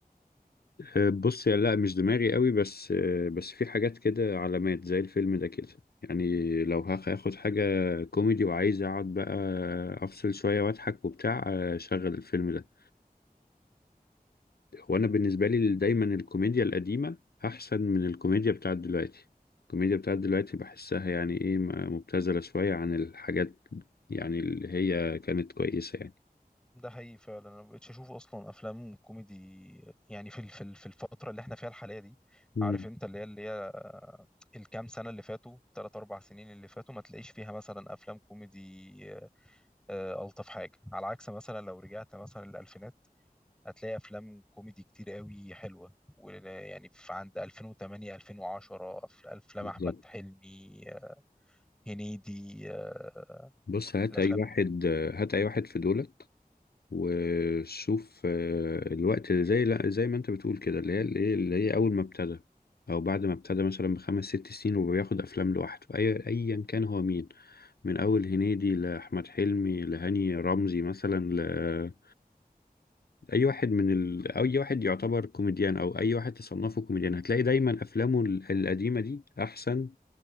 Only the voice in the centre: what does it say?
ده حقيقي فعلا انا مبقتش اشوف اصلا افلام كوميدي يعني في ال- في ال- في الفترة اللي احنا فيها الحالية دي
عارف انت اللي هي اللي هي الكام سنة اللي فاتوا ثلاث اربع سنين اللي فاتوا ما تلاقيش فيها مثلا افلام كوميدي آه، آه، الطف حاجة على عكس مثلا لو رجعت مثلا للالفينات هتلاقي افلام كوميدي كتير قوي حلوه ويعني في عند 2008 2010 أف- افلام
احمد حلمي آه، هنيدي آه،
الافلام
دي